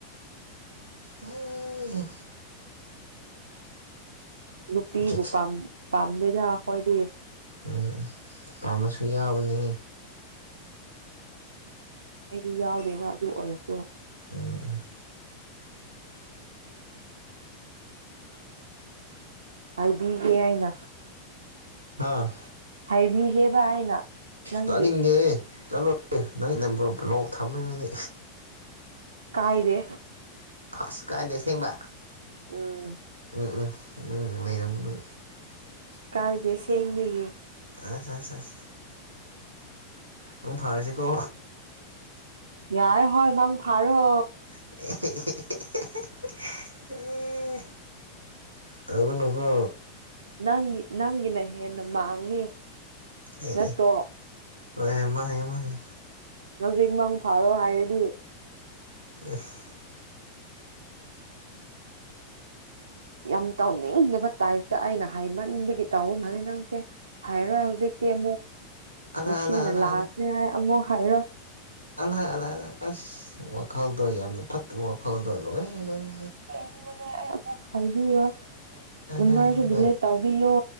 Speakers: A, on the right; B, on the right.
A: ꯑꯦ
B: ꯅꯨꯄꯤꯕꯨ
A: ꯆꯠꯁ
B: ꯄꯥꯝ ꯄꯥꯝꯗꯦꯗ ꯑꯩꯈꯣꯏꯗꯤ
A: ꯎꯝ ꯄꯥꯝꯕꯁꯨ ꯌꯥꯎꯕꯅꯤ
B: ꯑꯩꯗꯤ ꯌꯥꯎꯗꯦꯗ ꯑꯗꯨ ꯑꯣꯏꯔꯁꯨ
A: ꯎꯝ
B: ꯍꯥꯏꯕꯤꯒꯦ ꯑꯩꯅ
A: ꯍꯥꯥ
B: ꯍꯥꯏꯕꯤꯒꯦꯕ ꯑꯩꯅ ꯅꯪꯒꯤ
A: ꯇꯥꯅꯤꯡꯗꯦꯍꯦ ꯆꯠꯂꯣ ꯅꯪ ꯅꯝꯕꯔ ꯕ꯭ꯂꯣꯛ ꯊꯝꯃꯅꯤꯅꯦ
B: ꯀꯥꯏꯗꯦ
A: ꯐꯥꯁ ꯀꯥꯏꯗꯦ ꯑꯁꯦꯡꯕ
B: ꯎꯝ
A: ꯎꯝ ꯅꯪ ꯂꯩꯔꯝꯒꯅꯨ
B: ꯀꯥꯏꯗꯦ ꯑꯁꯦꯡꯕꯒꯤ
A: ꯑꯁ ꯑꯁ ꯑꯁ ꯃꯪ ꯐꯥꯔꯁꯤ ꯀꯣ
B: ꯌꯥꯔꯦ ꯍꯣꯏ ꯃꯡ ꯐꯥꯔꯣ
A: <unintelligible> ꯑꯦ ꯇꯧꯒꯅꯨꯀꯣ
B: ꯅꯪꯒꯤ ꯅꯪꯒꯤꯅ ꯍꯦꯟꯅ ꯃꯥꯡꯅꯤ
A: ꯑꯦ
B: ꯅꯠꯇ꯭ꯔꯣ
A: ꯑꯦ ꯍꯣꯏ ꯍꯣꯏ ꯃꯥꯡꯉꯦ ꯃꯥꯉꯦ
B: ꯍꯧꯖꯤꯛ ꯃꯪ ꯐꯥꯔꯣ ꯍꯥꯏꯔꯗꯤ
A: <unintelligible>
B: ꯌꯥꯝ ꯇꯧꯅꯤꯡꯗꯕ ꯇꯥꯏꯞꯇ ꯑꯩꯅ ꯍꯥꯏꯃꯟꯕꯒꯤ ꯇꯥꯎꯕ ꯃꯥꯜꯂꯦ ꯅꯪꯁꯦ ꯍꯥꯏꯔꯣꯏ ꯍꯧꯖꯤꯛ ꯇꯦ ꯑꯃꯨꯛ
A: ꯑꯂꯥ
B: ꯉꯁꯤꯅ
A: ꯑꯂꯥ ꯑꯂꯥ
B: ꯂꯥꯁꯅꯦ
A: ꯑꯂꯥ
B: ꯍꯥꯏ ꯑꯃꯨꯛ ꯍꯥꯏꯔꯣꯏ
A: <unintelligible> ꯑꯁ ꯋꯥꯈꯜꯗꯣ ꯌꯥꯝꯅ ꯐꯠꯇꯕ ꯋꯥꯈꯜꯗꯣ ꯂꯣꯏꯔꯦ ꯂꯣꯏꯔꯦ
B: <unintelligible>
A: ꯑꯗ ꯅꯪ
B: ꯇꯧꯕꯤꯌꯣ